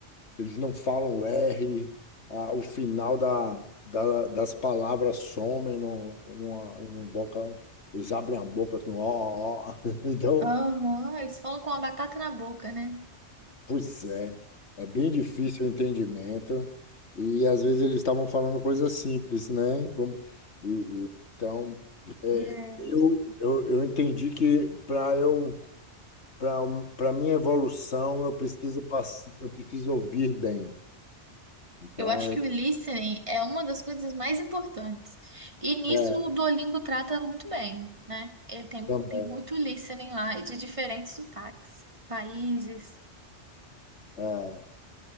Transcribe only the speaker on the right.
Aham, eles falam com a batata na boca, né?
É.
Eu acho
que o listening é uma das coisas mais importantes. E nisso
o Duolingo trata muito bem, né? Ele tem,
tem muito listening lá e de diferentes sotaques, países.